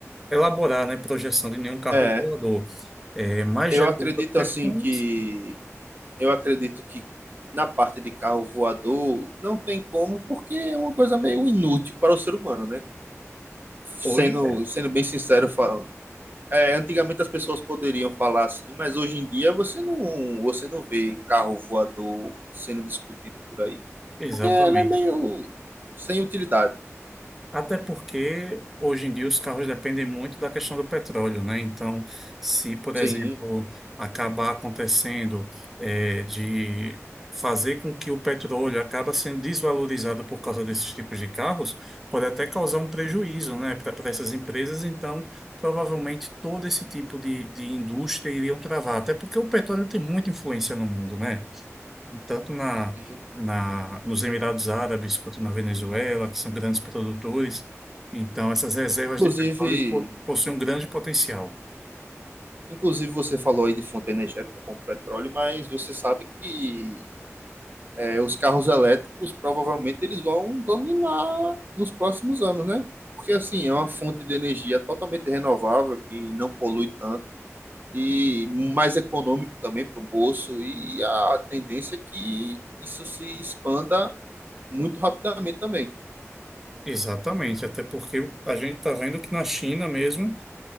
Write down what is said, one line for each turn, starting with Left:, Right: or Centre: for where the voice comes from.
Centre: elaborar, né, projeção de nenhum carro
Right: É,
Centre: voador. É, mas
Right: eu
Centre: já em
Right: acredito
Centre: outras questões,
Right: assim que eu acredito que na parte de carro voador não tem como, porque é uma coisa meio inútil para o ser humano, né? Sendo,
Centre: hoje é.
Right: sendo bem sincero, eu falo, é, antigamente as pessoas poderiam falar assim, mas hoje em dia você não, você não vê carro voador sendo discutido por aí.
Centre: Exatamente.
Right: Porque ele é meio sem utilidade.
Centre: Até porque hoje em dia os carros dependem muito da questão do petróleo, né? Então, se, por
Right: Sim,
Centre: exemplo, acabar acontecendo eh, de fazer com que o petróleo acaba sendo desvalorizado por causa desses tipos de carros, pode até causar um prejuízo, né, para essas empresas. Então, provavelmente todo esse tipo de, de indústria iriam travar, até porque o petróleo tem muita influência no mundo, né? tanto na,
Right: sim.
Centre: na, nos Emirados Árabes quanto na Venezuela, que são grandes produtores. Então, essas reservas
Right: Inclusive,
Centre: de petróleo po- possuem um grande potencial.
Right: inclusive você falou aí de fonte energética como petróleo, mas você sabe que é, os carros elétricos provavelmente eles vão dominar nos próximos anos, né? Porque assim, é uma fonte de energia totalmente renovável que não polui tanto e mais econômico também para o bolso e a tendência é que isso se expanda muito rapidamente também.
Centre: Exatamente, até porque a gente está vendo que na China mesmo,